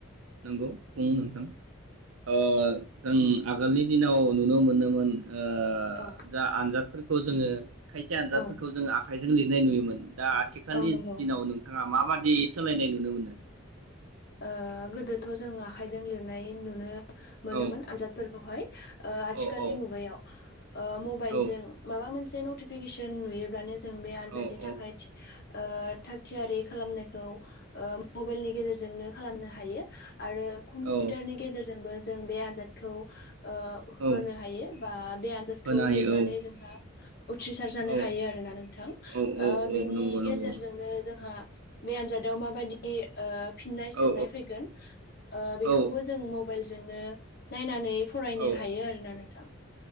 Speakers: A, on the right (about 85°); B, on the left (about 50°).
A: नंगौ बुं नोंथां? ओ जों आगोलनि दिनाव नुनो मोनोमोन। ओ
B: औ
A: जा आनजादफोर खौ जोङो खायसे आनजादफोरखौ
B: औ
A: जोंङो आ आखाइजों लिरनाय नुयोमोन। दा आथिखालनि
B: औ नंगौ
A: दिनाव नोंथाङा माबादि सोलायनाय नुनो मोनो?
B: ओ गोदोथ' जों आखाइजों लिरनाय नुनो मोनोमोन
A: औ
B: आनजादफोरखौहाय ओ आथिखालनि
A: औ औ
B: मुगायाव मबाइलजों
A: औ
B: माबा मोन मोनसे नतिफिकेसन नुयोब्लानो जो जों बे आनजादनि
A: औ
B: थाखाय
A: औ
B: ओ थाग थियारि खालामनायखौ ओ मबेलनि गेजेरजो जोंनो खालामनो हायो। आरो कम्पिउटारनि
A: औ
B: गेजेरजोंबो जों बे आनजादखौ ओ
A: औ
B: होनो हायो बा बे आनजादखौ
A: होनो हायो
B: लिरनानै जोंहा उथ्रिसार जानो
A: औ
B: हायो आरोना नोंथां।
A: औ
B: ओ
A: औ
B: बेनि
A: औ नंगौ
B: गेजेरजोंनो
A: नंगौ
B: जोंहा बे आनजादाव माबादि ओ फिननाय सोंनाय
A: औ
B: फैगोन ओ बेखौबो
A: औ
B: जों मबाइलजोंनो नायनानै फरायनो
A: औ
B: हायो आरोना नोंथां।